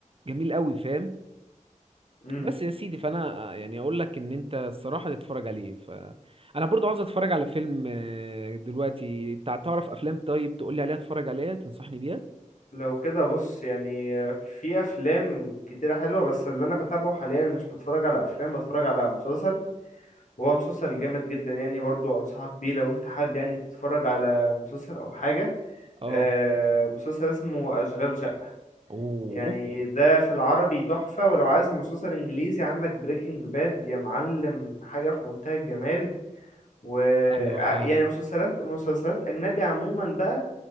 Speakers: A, on the right; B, on the left.
A: جميل قوي فاهم
B: مم.
A: بس يا سيدي فانا آه، يعني اقول لك ان انت الصراحه تتفرج عليه ف انا برضو عاوز اتفرج على فيلم آه، دلوقتي انت تعرف افلام طيب تقول لي عليها اتفرج عليها تنصحني بيها
B: لو كده بص يعني في افلام كتيرة حلوة بس اللي انا بتابعه حاليا مش بتفرج على افلام بتفرج على مسلسل وهو مسلسل جامد جدا يعني برضو انصحك بيه لو انت حابب يعني تتفرج على مسلسل او حاجة
A: اه
B: آه، مسلسل اسمه اشغال شقة
A: اوه
B: يعني ده في العربي تحفة ولو عايز مسلسل انجليزي عندك بريكنج باد يا معلم حاجة في منتهى الجمال و
A: ايوه
B: ع-
A: فاهمك
B: يعني مسلسلات مسلسلات اجنبي عموما بقى